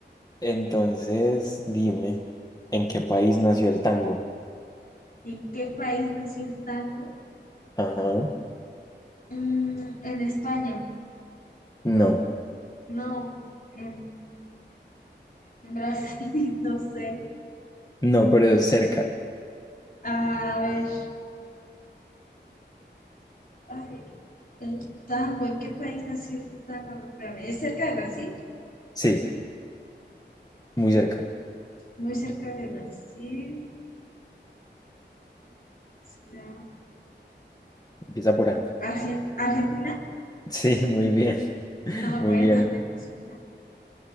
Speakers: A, on the left; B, on the left.
A: Entonces, dime, ¿en qué país nació el tango?
B: ¿En qué país nació el tango?
A: Ajá.
B: Mm, en España.
A: No,
B: No, en, en Brasil, <laughs> no sé.
A: no, pero es cerca.
B: A ver, a ver, el tango, ¿en qué país nació el tango? A ver, espérame, ¿Es cerca de Brasil?
A: Sí, muy cerca.
B: muy cerca de Brasil, será
A: Empieza por A. <laughs>
B: Argen- Argentina.
A: Sí, muy bien, <laughs>
B: Ah,
A: muy
B: buena,
A: bien,
B: menos una.